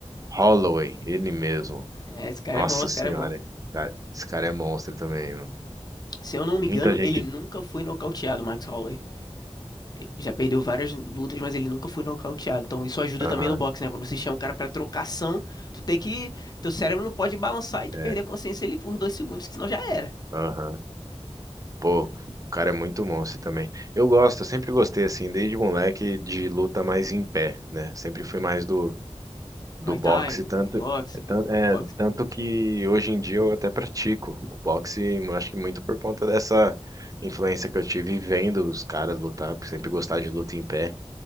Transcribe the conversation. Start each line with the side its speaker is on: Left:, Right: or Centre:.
Right: Holloway, ele mesmo.
Left: É, esse cara
Right: Nossa
Left: é bom, esse
Right: senhora,
Left: cara é bom.
Right: cara, esse cara é monstro também, mano.
Left: Se eu não me
Right: Muita
Left: engano,
Right: gente.
Left: ele nunca foi nocauteado, Max Holloway. Já perdeu várias lutas, mas ele nunca foi nocauteado. Então isso ajuda
Right: Aham,
Left: também no boxe, né? Quando você chama o cara pra trocação, tu tem que. Teu cérebro não pode balançar e tu
Right: é,
Left: perder a consciência ali por dois segundos, que senão já era.
Right: aham. Pô, o cara é muito monstro também. Eu gosto, eu sempre gostei, assim, desde moleque, de luta mais em pé, né? Sempre fui mais do do
Left: Muay
Right: boxe,
Left: Thai,
Right: tanto,
Left: kickboxing,
Right: é, tan-
Left: ou
Right: é,
Left: boxing.
Right: tanto que hoje em dia eu até pratico o boxe, eu acho que muito por conta dessa influência que eu tive vendo os caras lutar, por sempre gostar de luta em pé,